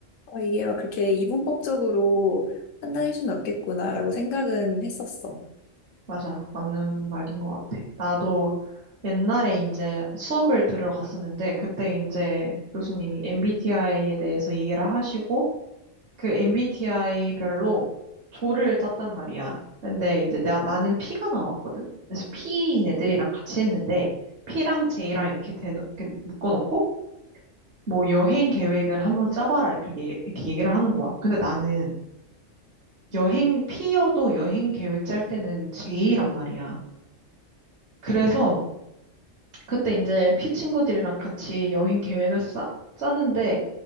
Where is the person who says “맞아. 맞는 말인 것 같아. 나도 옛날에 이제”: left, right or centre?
Right